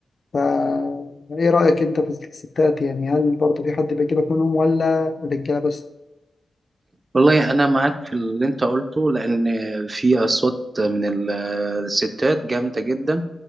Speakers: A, on the left; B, on the right.
A: فا إيه رأيك أنت في الستات يعني هل برضو في حد بيعجبك منهم ولا الرجالة بس؟
B: والله أنا معاك في اللي أنت قلته لأن في أصوات من ال- الستات جامدة جدا